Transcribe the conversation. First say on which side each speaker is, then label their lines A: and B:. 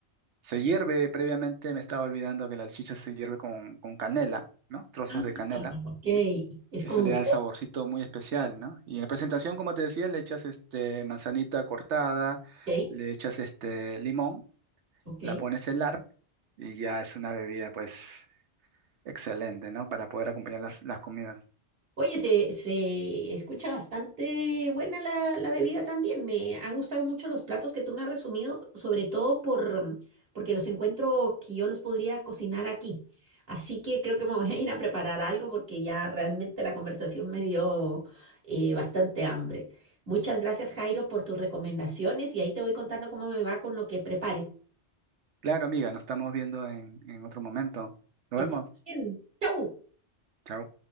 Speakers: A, on the right (about 85°); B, on the right (about 55°).
A: se hierve previamente, me estaba olvidando que la salchicha se hierve con, con canela, ¿no? Trozos
B: ah,
A: de canela.
B: ok,
A: ¿m?
B: es
A: Ese
B: como
A: le
B: un
A: da
B: po-
A: el saborcito muy especial, ¿no? Y en la presentación, como te decía, le echas este manzanita cortada,
B: ok,
A: le echas este limón,
B: ok.
A: la pones a helar y ya es una bebida pues excelente, ¿no? Para poder acompañar las, las comidas.
B: Oye, se, se escucha bastante buena la, la bebida también. Me han gustado mucho los platos que tú me has resumido, sobre todo por, mm, porque los encuentro que yo los podría cocinar aquí. Así que creo que me voy a ir a preparar algo porque ya realmente la conversación me dio eh, bastante hambre. Muchas gracias, Jairo, por tus recomendaciones y ahí te voy contando cómo me va con lo que prepare.
A: Claro, amiga, nos estamos viendo en, en otro momento. Nos
B: Que
A: vemos.
B: estés bien. ¡Chau!
A: Chao.